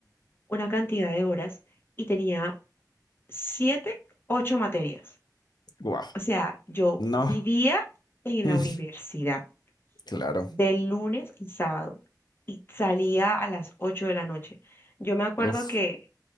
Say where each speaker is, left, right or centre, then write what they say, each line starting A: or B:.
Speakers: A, on the left; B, on the left.
A: una cantidad de horas y tenía 7, 8 materias.
B: Wow.
A: O sea, yo
B: No.
A: vivía en
B: Mm,
A: la universidad
B: Claro.
A: de lunes a sábado y salía a las 8 de la noche. Yo me acuerdo
B: Uf.
A: que